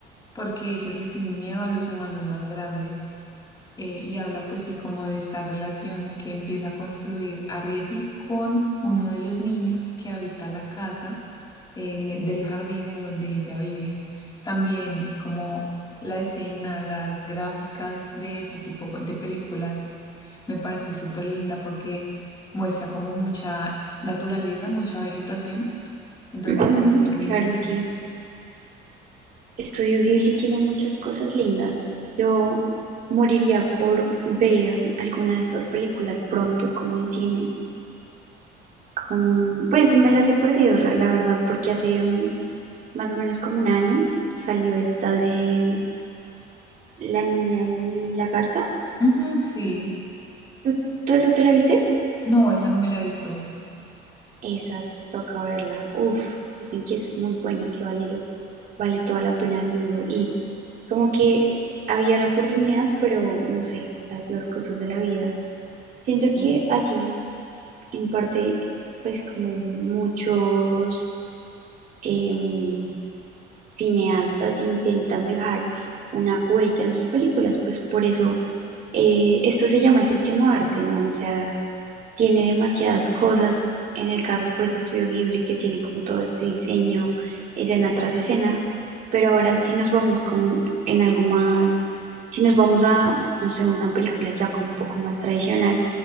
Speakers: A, on the left; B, on the right.
A: porque ellos le tienen miedo a los humanos más grandes eh, y habla pues sí como de esta relación que empieza a construir Arrietty con uno de los niños que habita la casa en e- del jardín en donde ella vive. También como la escena, las gráficas de ese tipo de películas me parece súper linda porque muestra como mucha naturaleza, mucha vegetación. Entonces
B: ujú,
A: me parece increíble.
B: claro, sí. Estudio Ghibli tiene muchas cosas lindas. Yo moriría por ver alguna de estas películas pronto, como en cines. como- pues me las he perdido, ra- la verdad, porque hace mm, más o menos como un año salió esta de La niña y la garza.
A: Ujú. Ujú, sí.
B: ¿Tú, tú esa te la viste?
A: No, esa no me la he visto.
B: Esa toca verla. Uf, dicen que es muy buena, que vale, vale toda la pena del mundo. Y como que había la oportunidad, pero no sé, las, las cosas de la vida. Siento
A: Sí,
B: que así, en parte, pues como muchos... em, cineastas intentan dejar una huella en sus películas, pues por eso eh, esto se llama el séptimo arte, ¿no? O sea, tiene demasiadas cosas, en el caso pues de Estudio Ghibli, que tiene como todo este diseño, escena tras escena, pero ahora sí nos vamos como en algo más, si nos vamos a, no sé, una película ya como un poco más tradicional,